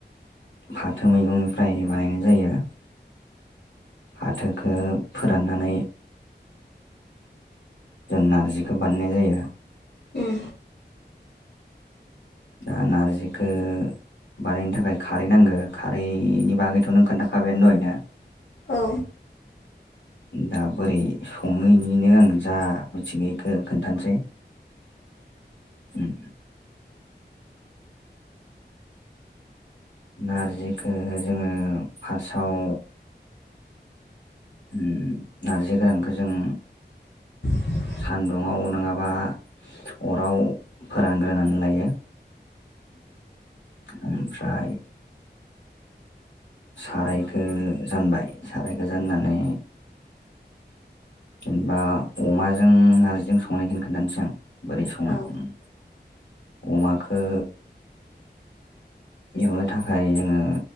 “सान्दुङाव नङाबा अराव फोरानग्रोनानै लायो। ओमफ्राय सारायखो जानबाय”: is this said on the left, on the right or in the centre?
Left